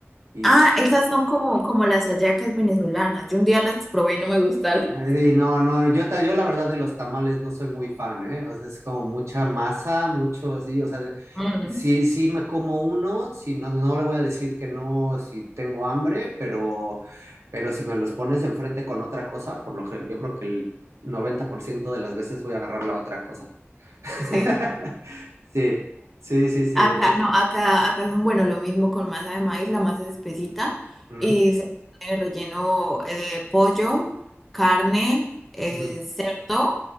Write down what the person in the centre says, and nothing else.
Ah,
esas son como, como las hallacas venezolanas. Yo un día las probé y no me gustaron.
Mm,
¿Sí?
Acá,
no, acá, acá son, bueno, lo mismo con masa de maíz, la masa es espesita
y se pone relleno eh, pollo, carne, eh,
cerdo